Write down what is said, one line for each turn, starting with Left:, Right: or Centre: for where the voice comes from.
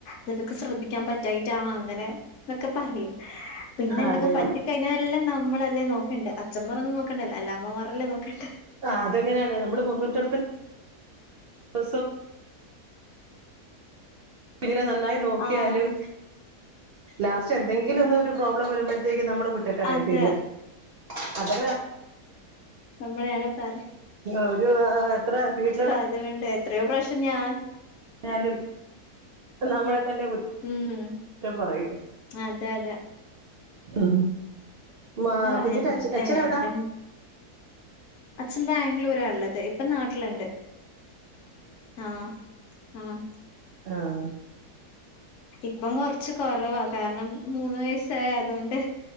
Left: നിനക്ക് ശ്രദ്ധിക്കാൻ പറ്റായിട്ടാണോ അങ്ങനെ? എന്നൊക്കെ പറയും. പിന്നെ എന്തെങ്കിലും
Right: അതെ
Left: പറ്റിക്കഴിഞ്ഞ ലെല്ലാം നമ്മളല്ലേ നോക്കണ്ട അഛന്മാർന്നും നോക്കണ്ടേ അമ്മമാരല്ലെ നോക്കണ്ടേ
Right: ആഹ് അതെങ്ങനെയാണ് നമ്മള് മുന്നു <unintelligible> ദ കുഞ്ഞിനെ നന്നായി നോക്കിയാലും
Left: ആഹ്
Right: <unintelligible> ലാസ്റ്റ് എന്തെങ്കിലും ഒന്ന് ഒരു പ്രോബ്ലം വരുമ്പോഴത്തേക്ക് നമ്മള് കുറ്റക്കാരായി
Left: അതെ
Right: തീരും. അതെ
Left: നമ്മളെയാണ് പറ
Right: ഒരു എത്ര വ
Left: അപ്പ
Right: <unintelligible>
Left: അതുകൊണ്ട് എത്രയോ പ്രശ്നം ഞാൻ
Right: എന്നാലും നമ്മളെ തന്നെ കുറ്റം
Left: ഉം
Right: പറയൂ
Left: അതെ അതെ
Right: ഉ മ <unintelligible>
Left: ആഹ്
Right: കുഞ്ഞിന്റെ
Left: എൻ
Right: അച് അച്ഛന
Left: ഏ
Right: എവിടാ?
Left: എന്റെ മു അച്ഛൻ ബാംഗ്ലൂരാ ഇള്ളത്. ഇപ്പ നാട്ടിലുണ്ട്. ആഹ ആഹ
Right: ആഹ്
Left: ഇപ്പം കൊറച്ച് കൊറവാ കാരണം മൂന്ന് വയസായ അതോണ്ട്